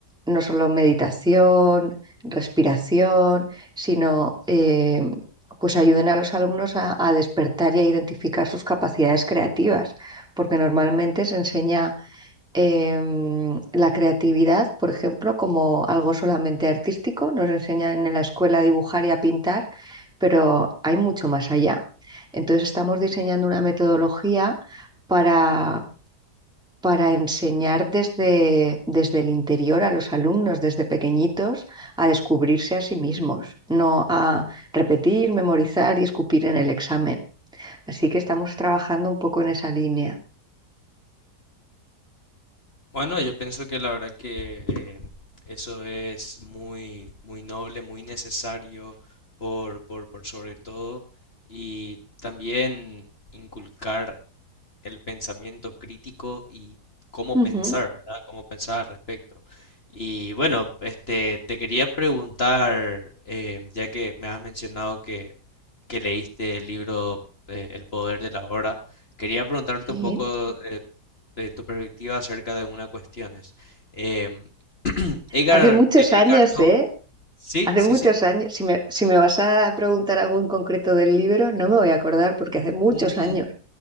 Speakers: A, in the centre; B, on the left.
A: no solo meditación, respiración, sino em, pues ayuden a los alumnos a a despertar y a identificar sus capacidades creativas, porque normalmente se enseña em, la creatividad, por ejemplo, como algo solamente artístico. Nos enseñan en la escuela a dibujar y a pintar, pero hay mucho más allá. Entonces estamos diseñando una metodología para, para enseñar desde, desde el interior a los alumnos, desde pequeñitos, a descubrirse a sí mismos, no a repetir, memorizar y escupir en el examen. Así que estamos trabajando un poco en esa línea.
B: Bueno, yo pienso que la verdad que eh, eso es muy, muy noble, muy necesario por, por, por sobre todo y también inculcar el pensamiento crítico y cómo
A: Ujú.
B: pensar, ¿verdad? Cómo pensar al respecto. Y bueno, este, te quería preguntar, eh, ya que me has mencionado que, que leíste el libro eh, El poder de la hora, quería preguntarte
A: Sí,
B: un poco eh, de tu perspectiva acerca de una cuestión. es, em, <clears throat> Edgar,
A: hace muchos
B: eh, Edgar
A: años,
B: Tolle,
A: ¿eh?
B: sí,
A: Hace
B: sí,
A: muchos
B: sí.
A: años, si me, si me vas a preguntar algo en concreto del libro, no me voy a acordar porque hace muchos
B: Mm,
A: años.